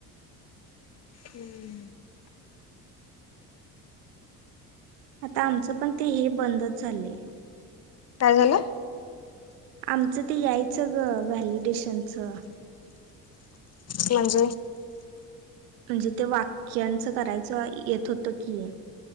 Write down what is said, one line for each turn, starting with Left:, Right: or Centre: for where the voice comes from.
Left: हम्म
Right: आता आमचं पण ते हे बंदच झालं
Left: काय झालं
Right: आमचं ते यायचं ग व्हॅलिडेशनचं
Left: कलंज
Right: म्हणजे ते वाक्यांचं करायचं येत होतं की